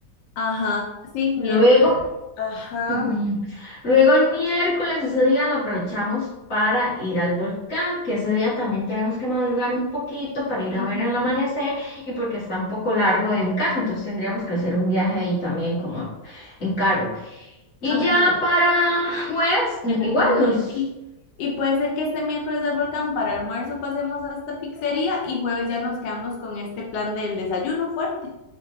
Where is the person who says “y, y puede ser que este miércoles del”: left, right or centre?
Left